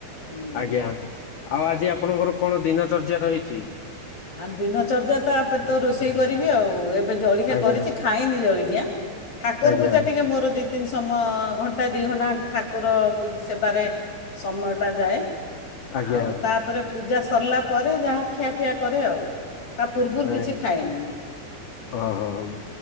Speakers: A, on the left; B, on the left.
A: ହୁଁ ।
B: ଆଜ୍ଞା ଆଉ ଆଜି ଆପଣଙ୍କର କଣ ଦିନଚର୍ଯ୍ୟା ରହିଛି?
A: ଆ ଦିନଚର୍ଯ୍ୟା ତାପରେ ତ ରୋଷେଇ କରିବି ଆଉ ଏବେ ଜଳଖିଆ
B: ଆଜ୍ଞା
A: କରିଛି ଖାଇନି ଜଳଖିଆ ଠାକୁର
B: ଆଜ୍ଞା
A: ପୂଜା ଟିକେ ମୋର ଦି ଦୁଇ ତିନି ସମୟ ଘଣ୍ଟାଏ ଦୁଇ ଘଣ୍ଟା ଖଣ୍ଡେ ଠାକୁର ସେବାରେ ସମୟଟା ଯାଏ ।
B: ଆଜ୍ଞା
A: ଆଉ ତାପରେ ପୂଜା ସରିଲା ପରେ ଯାହା ଖିଆପିଆ କରେ ଆଉ। ତା ପୂର୍ବରୁ
B: ଆଁ
A: କିଛି
B: <inaudible>
A: ଖାଏନି
B: ଓହୋ ହଁ ହଉ